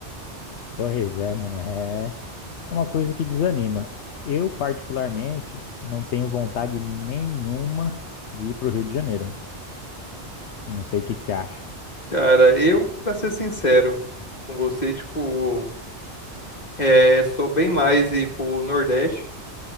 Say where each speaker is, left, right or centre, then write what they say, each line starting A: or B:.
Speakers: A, on the left (about 75°); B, on the left (about 35°).
A: Pois é, mano, é é uma coisa que desanima. Eu, particularmente, não tenho vontade nenhuma de ir pro Rio de Janeiro. né? Não sei o que que você acha.
B: Cara, eu, pra ser sincero com você, tipo, é, sou bem mais ir pro Nordeste,